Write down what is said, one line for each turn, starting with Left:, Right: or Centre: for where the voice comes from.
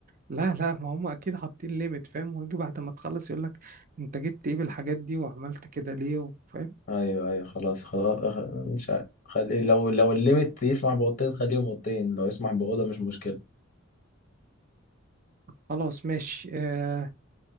Right: لا لا ما هم اكيد حاطين ليميت فاهم ويجي بعد ما تخلص يقول لك انت جبت ايه بالحاجات دي وعملت كده ليه فاهم
Left: ايوه ايوه خلاص خلاص أخ- مش عارف. خلي لو لو الليمت يسمح باوضتين خليهم اوضتين لو يسمح باوضه مش مشكله
Right: خلاص ماشي آه